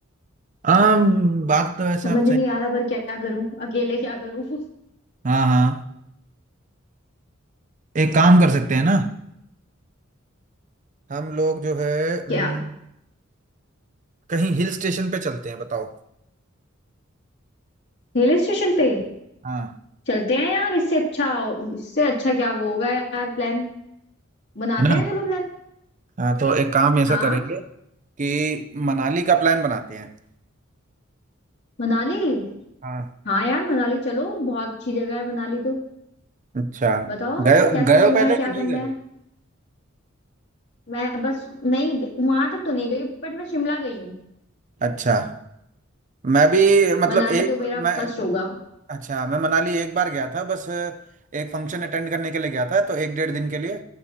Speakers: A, on the right; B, on the left.
A: आम, बात तो वैसे
B: समझ
A: आप सही
B: नहीं आ रहा पर क्या करूं अकेले क्या करूं <laughs>
A: हाँ हाँ एक काम कर सकते हैं ना हम लोग जो है हम्म,
B: क्या
A: कहीं हिल स्टेशन पे चलते हैं बताओ
B: हिल स्टेशन पे
A: हाँ
B: चलते हैं यार इससे अच्छा इससे अच्छा क्या वो होगा यार प्लान बनाते
A: है ना
B: हैं चलो प्लान
A: हाँ तो एक काम ऐसा
B: हाँ
A: करेंगे कि मनाली का प्लान बनाते हैं
B: मनाली
A: हाँ
B: हाँ यार मनाली चलो बहुत अच्छी जगह है मनाली तो
A: अच्छा
B: बताओ
A: गए
B: कैसे
A: गए
B: चलना
A: हो पहले
B: है क्या
A: कि नहीं
B: करना
A: गए हो
B: है मैं बस नहीं वहां तक तो नहीं गई बट मैं शिमला गई हूँ
A: अच्छा मैं भी मतलब
B: मनाली
A: एक
B: तो मेरा
A: मैं
B: फर्स्ट होगा
A: अच्छा मैं मनाली एक बार गया था बस एक फंक्शन अटेंड करने के लिए गया था तो एक डेढ़ दिन के लिए